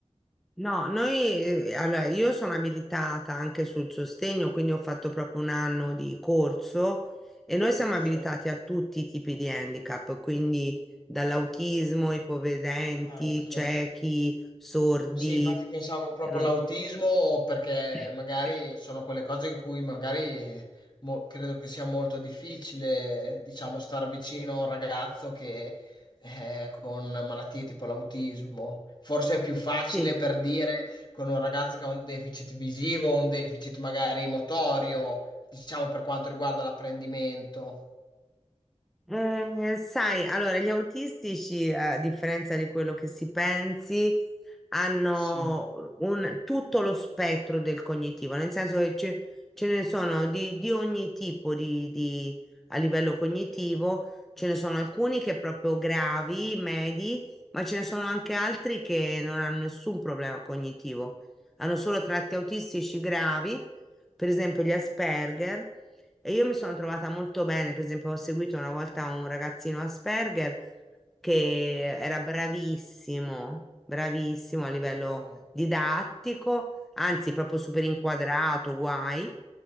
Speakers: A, in the centre; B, on the left (about 40°).
A: No, noi, eh, allora, io sono abilitata anche sul sostegno, quindi ho fatto proprio un anno di corso e
B: Corso.
A: noi siamo abilitati a tutti i tipi di handicap, quindi dall'autismo, ipovedenti,
B: Ah, ok.
A: ciechi, sordi.
B: Sì, infatti pensavo proprio
A: mm,
B: all'autismo perché
A: <clears throat>
B: magari sono quelle cose in cui magari mo- credo che sia molto difficile, diciamo, star vicino a un ragazzo che è con malattie tipo l'autismo. Forse è più facile
A: Sì,
B: per dire con un ragazzo che ha un deficit visivo, un deficit magari motorio, diciamo per quanto riguarda l'apprendimento.
A: Eh, sai, allora, gli autistici, eh, a differenza di quello che si pensi, hanno
B: Sì,
A: un- tutto lo spettro del cognitivo, nel senso che ce, ce ne sono di, di ogni tipo di, di- a livello cognitivo, ce ne sono alcuni che proprio gravi, medi, ma ce ne sono anche altri che non hanno nessun problema cognitivo, hanno solo tratti autistici gravi, per esempio gli Asperger e io mi sono trovata molto bene, per esempio, ho seguito
B: sì,
A: una volta un ragazzino Asperger che era bravissimo, bravissimo a
B: davvero.
A: livello didattico, anzi proprio super inquadrato, guai,